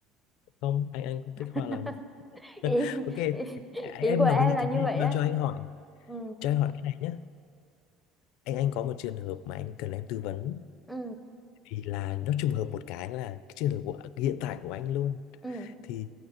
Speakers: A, on the left; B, in the centre.
A: không anh anh không thích
B: <laughs>
A: hoa lắm <laughs>
B: ý,
A: ok
B: ý,
A: à, à,
B: ý
A: em
B: của em
A: nói như
B: là
A: thế
B: như vậy
A: cho
B: á
A: cho anh hỏi
B: ừ
A: cho anh hỏi cái này nhé anh anh có một trường hợp mà anh cần em tư vấn
B: ừ
A: vì là nó trùng hợp một cái là cái trường hợp của hiện tại của anh luôn
B: ừ
A: thì